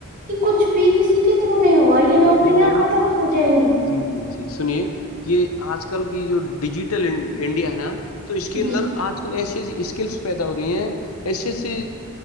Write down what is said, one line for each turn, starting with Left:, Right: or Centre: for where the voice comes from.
Right: کہ کچھ بھی کسی کے تھرو نہیں ہوگا یہ نوکریاں
Left: دیکھیے میم
Right: ختم ہو جائیں گی
Left: جی جی جی سنیے یہ آج کل کی جو ڈیجیٹل انڈیا ہے نا تو اس کے اندر
Right: جی
Left: آج ک ایسی ایسی اسکلس پیدا ہو رہی ہیں ایسی ایسی